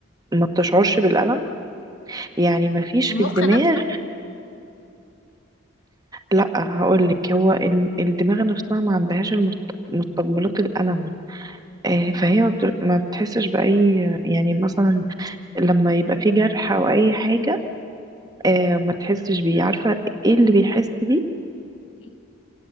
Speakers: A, on the right (about 20°); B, on the left (about 70°).
A: ما بتشعرش بالألم يعني ما فيش
B: المخ
A: في الدماغ
B: نفسه
A: لا هقولك هو الم- الدماغ نفسها ما عندهاش المست- مستقبلات الألم آه، فهي ما بت- ما بتحسش بأي يعني مثلا لما يبقى في جرح أو أي حاجة آه، ما تحسش بيه عارفة ايه اللي بيحس بيه
B: إيه؟